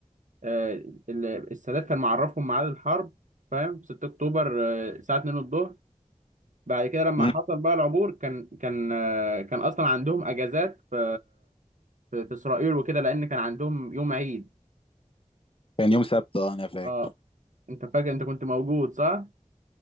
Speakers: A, on the right (about 80°); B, on the left (about 45°).
A: آه، ال- السادات كان معرفهم ميعاد الحرب فاهم 6 اكتوبر آه، الساعة 2 الظهر بعد كده لما
B: امم
A: حصل بقى العبور كان كان آه، كان اصلا عندهم اجازات في في في اسرائيل وكده لان كان عندهم يوم عيد
B: كان يوم سبت اه انا فاكر
A: اه انت فاكر انت كنت موجود صح؟